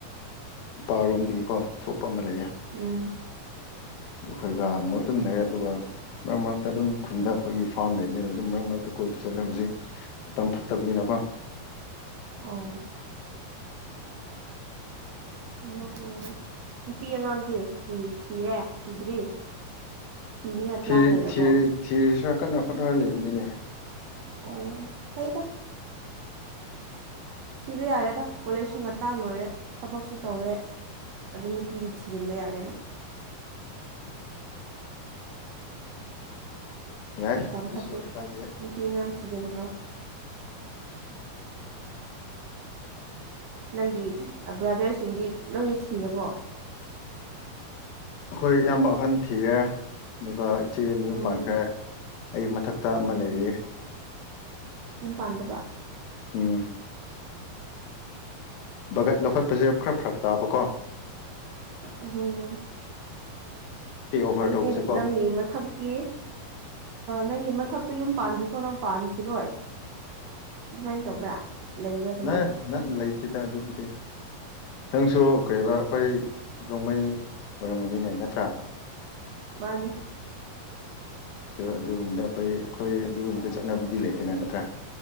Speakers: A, on the left; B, on the right.
A: ꯏꯄꯥꯔꯣꯝꯗꯒꯤꯀꯣ ꯊꯣꯛꯄ ꯑꯃ ꯂꯩꯌꯦ
B: ꯎꯝ
A: ꯑꯗꯨ ꯑꯩꯈꯣꯏꯒ ꯃꯣꯏ ꯑꯗꯨꯝ ꯂꯩ ꯑꯗꯨꯒ ꯃꯔꯛ ꯃꯔꯛꯇ ꯑꯗꯨꯝ ꯈꯨꯟꯗ ꯑꯩꯈꯣꯏꯒꯤ ꯐꯥꯝ ꯂꯩꯕꯅꯤꯅ ꯑꯗꯨꯝ ꯃꯔꯛ ꯃꯔꯛꯇ ꯀꯣꯏꯕ ꯆꯠꯂꯦ ꯍꯧꯖꯤꯛ ꯃꯇꯝ ꯐꯠꯇꯕꯅꯤꯅꯀꯣ
B: ꯑꯣ ꯎꯝ ꯎꯝ ꯅꯨꯄꯤ ꯑꯉꯥꯡꯗꯤ ꯊꯤꯔꯦ ꯊꯤꯗ꯭ꯔꯤ ꯊꯤꯅꯤꯡꯉꯥꯏ
A: ꯊ
B: ꯄ꯭ꯂꯥꯟ ꯂꯩꯔꯕꯣ
A: ꯊ ꯊꯤꯔꯁꯨ ꯀꯟꯅ ꯈꯣꯠꯅꯔ ꯂꯩꯕꯅꯤꯅꯦ
B: ꯑꯣ ꯐꯩꯗ ꯊꯤꯕ ꯌꯥꯔꯦꯗ ꯀꯣꯂꯦꯖꯁꯨ ꯉꯟꯇꯥꯅ ꯂꯣꯏꯔꯦ ꯊꯕꯛꯁꯨ ꯇꯧꯔꯦ ꯑꯗꯨꯩ ꯅꯨꯄꯤꯗꯤ ꯊꯤꯖꯤꯟꯕ ꯌꯥꯔꯦꯅ
A: ꯌꯥꯏ
B: ꯃꯇꯝ
A: ꯑꯗꯨꯁꯨ
B: ꯐꯠꯇꯦ
A: ꯀꯥꯏꯗꯦ
B: ꯅꯨꯄꯤ ꯑꯉꯥꯡ ꯊꯤꯖꯤꯟꯈ꯭ꯔꯣ
A: <unintelligible>
B: ꯅꯪꯒꯤ ꯕ꯭ꯔꯥꯗꯔꯁꯤꯡꯗꯤ ꯂꯣꯏꯅ ꯊꯤꯔꯕꯣ
A: ꯑꯩꯈꯣꯏ ꯏꯌꯥꯝꯕ ꯑꯍꯟ ꯊꯤꯔꯦ ꯑꯗꯨꯒ ꯏꯆꯦ ꯃꯌꯨꯝ
B: ꯎꯝ
A: ꯄꯥꯟꯈ꯭ꯔꯦ ꯑꯩ ꯃꯊꯛꯇ ꯑꯃ
B: ꯎꯝ
A: ꯂꯩꯔꯤꯌꯦ
B: ꯌꯨꯝ ꯄꯥꯟꯗꯕ
A: ꯎꯝ ꯕꯒꯠ ꯂꯧꯈꯠꯄꯁꯦ ꯈꯔ ꯐꯔꯞ ꯇꯥꯕꯀꯣ
B: ꯑ
A: ꯇꯦꯛ ꯑꯣꯚꯔ
B: ꯑꯗꯨꯗꯤ
A: ꯇꯧꯕꯁꯦꯀꯣ
B: ꯅꯪꯒꯤ ꯃꯊꯛꯀꯤ ꯅꯪꯒꯤ ꯃꯊꯛ ꯃꯊꯛꯇ ꯌꯨꯝ ꯄꯥꯟꯐꯣ ꯅꯪ ꯄꯥꯟꯈꯤꯔꯣꯏ ꯑꯗꯨꯃꯥꯏꯅ ꯇꯧꯕ꯭ꯔꯥ ꯂꯩꯕ꯭ꯔꯥ ꯑꯗꯨꯃꯥꯏꯅ
A: ꯅ ꯅ ꯂꯩꯇꯦꯗ ꯑꯗꯨꯕꯨꯗꯤ ꯅꯪꯁꯨ ꯀꯩꯔꯤꯕ ꯑꯩꯈꯣꯏ ꯅꯣꯡꯃꯩ ꯑꯣꯏꯔꯝꯒꯅꯤꯅꯦ ꯅꯠꯇ꯭ꯔꯥ
B: ꯃꯥꯅꯤ
A: ꯑ ꯑꯗꯨꯒꯨꯝꯕꯗ ꯑꯩꯈꯣꯏ ꯑꯩꯈꯣꯏ ꯑꯗꯨꯒꯨꯝꯕꯗ ꯆꯠꯅꯕꯤꯗꯤ ꯂꯩꯇꯅ ꯅꯠꯇ꯭ꯔꯥ